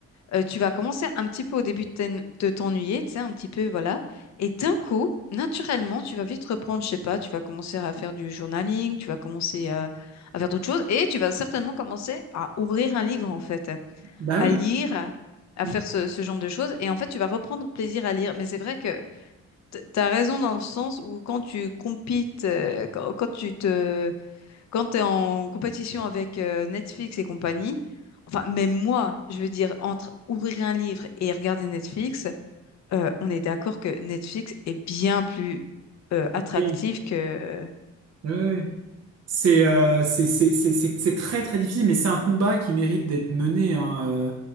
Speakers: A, on the left; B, on the right.
A: euh, tu vas commencer un petit peu au début de t'en- de t'ennuyer, tu sais, un petit peu voilà. Et d'un coup, naturellement, tu vas vite reprendre, je sais pas, tu vas commencer à faire du journaling, tu vas commencer à, à faire d'autres choses et tu vas certainement commencer à ouvrir un livre en fait,
B: Bah
A: à
B: oui.
A: lire, à, à
B: Mm.
A: faire ce, ce genre de choses et en fait, tu vas reprendre plaisir à lire. Mais c'est vrai que t- T'as raison dans le sens où quand tu compites, euh, quand, quand tu te quand tu es en compétition avec euh, Netflix et compagnie, enfin, même moi, je veux dire, entre ouvrir un livre et regarder Netflix, euh, on est d'accord que Netflix est bien plus euh, attractif
B: Voyons.
A: que...
B: Ouais, ouais. C'est euh, c'est c'est c'est c'est c'est très très difficile, mais c'est un combat qui mérite d'être mené. Hein,